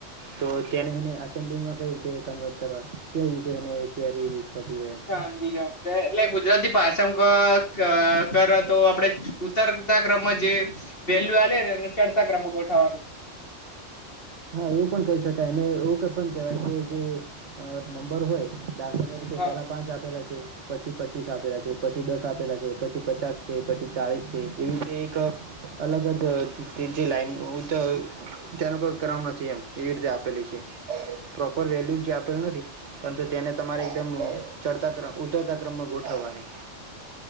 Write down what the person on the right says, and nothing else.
તો તેને ને અસેન્ડિંગમાં કઈ રીતે કન્વર્ટ કરવાની. કઈ રીતે એને અત્યારે યુઝ થતી હોય એમ?
હા, એવું પણ કહી શકાય, અને એવું કઈ પણ કેહેવાય કે જે નંબર હોય. દાખલા તરીકે
પહેલાં પાંચ આપેલા છે. પછી પચીસ આપેલા છે, પછી દસ આપેલા છે, પછી પચાસ છે, પછી ચાળીસ છે, એવી રીતે એક અલગ જ તે જે લાઈન તેનો કરવાનું નથી, એમ એવી રીતે આપેલી છે, પ્રોપર વેલ્યુ જે આપેલ નથી. પરંતુ તેને તમારે એકદમ ચડતા ક્રમમાં, ઉતરતા ક્રમમાં ગોઠવવાની.